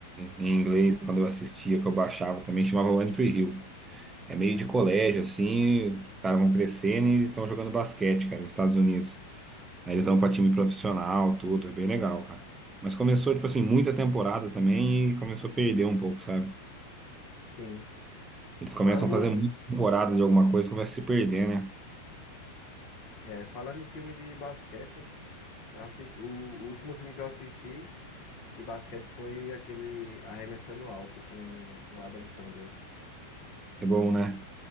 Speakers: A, on the right; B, on the left.
A: em inglês, quando eu assistia, que eu baixava também, chamava One Tree Hill. É meio de colégio, assim, os caras vão crescendo e estão jogando basquete, cara, nos Estados Unidos. Aí eles vão pra time profissional, tudo, é bem legal, cara. Mas começou, tipo assim, muita temporada também e começou a perder um pouco, sabe?
B: sim.
A: Eles começam
B: Falando
A: a fazer
B: em,
A: muita temporada de alguma coisa, começa a se perder, né?
B: é, falando em filme de basquete, eu assisti, o, o último filme que eu assisti de basquete foi aquele Arremessando Alto com o Adam Sandler.
A: É bom, né?